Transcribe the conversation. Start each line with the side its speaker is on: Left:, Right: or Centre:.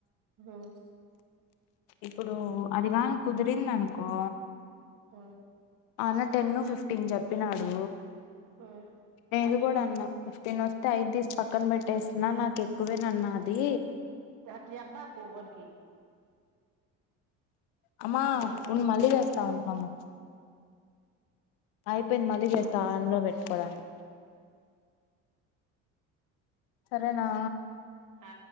Right: హ్మ్
Left: ఇప్పుడు అదిగాని కుదిరింది అనుకో
Right: మ్మ్
Left: ఆ అన్న టెన్ను ఫిఫ్టీన్ జెప్ ప్పినాడు
Right: హ్మ్
Left: ఏది కూడా ఫిఫ్టీన్ వస్తే ఐదు దీసు పక్కన పెట్టేసిన నాకు ఎక్కువే నన్న అది
Right: అట్ట చెప్పమకు ఎవరికి
Left: అమా
Right: పిచ్చిదాన
Left: ఉన్ మల్లి చేస్త ఉండు మ అయిపోయింది మళ్ళీ చేస్తే ఆనలో పెట్టుకోలని సరేనా
Right: ఆ